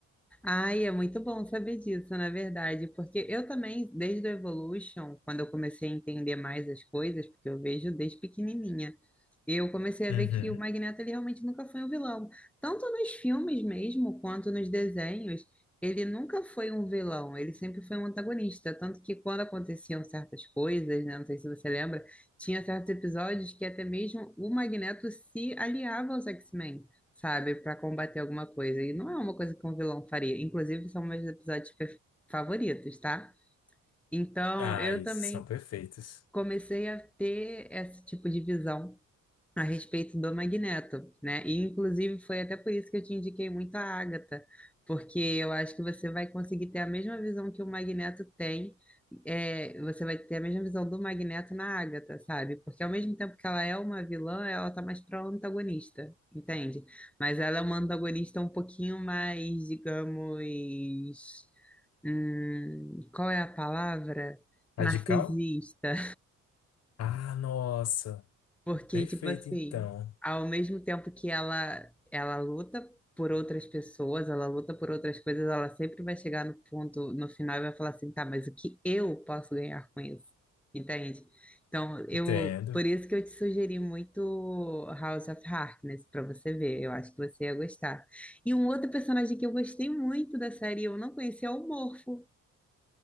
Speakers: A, in the centre; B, on the left (about 55°).
A: Ai, é muito bom saber disso, na verdade, porque eu também, desde o Evolution, quando eu comecei a entender mais as coisas, porque eu vejo desde pequenininha, eu comecei a
B: Uhum.
A: ver que o Magneto ele realmente nunca foi um vilão. Tanto nos filmes mesmo, quanto nos desenhos, ele nunca foi um vilão, ele sempre foi um antagonista. Tanto que quando aconteciam certas coisas, né, não sei se você lembra, tinha certos episódios que até mesmo o Magneto se aliava aos X-Men sabe, pra combater alguma coisa. E não é uma coisa que um vilão faria. Inclusive, são meus episódios fe- favoritos, tá? Então,
B: Ah,
A: eu
B: esses
A: também
B: são perfeitos.
A: comecei a ter esse tipo de visão a respeito do Magneto, né? E inclusive foi até por isso que eu te indiquei muito a Agatha, porque eu acho que você vai conseguir ter a mesma visão que o Magneto tem, é, você vai ter a mesma visão do Magneto na Agatha, sabe? Porque ao mesmo tempo que ela é uma vilã, ela tá mais pra antagonista, entende? Mas ela é uma antagonista um pouquinho mais, digamos, hum, qual é a palavra?
B: Radical?
A: Narcisista,
B: Ah, nossa.
A: porque,
B: Perfeito,
A: tipo assim,
B: então.
A: ao mesmo tempo que ela, ela luta por outras pessoas, ela luta por outras coisas, ela sempre vai chegar no ponto, no final, e vai falar assim, tá, mas o que eu posso ganhar com isso? Entende? Então, eu,
B: Entendo.
A: por isso que eu te sugeri muito House of Harkness, pra você ver, eu acho que você ia gostar. E um outro personagem que eu gostei muito da série, eu não conhecia, é o Morfo.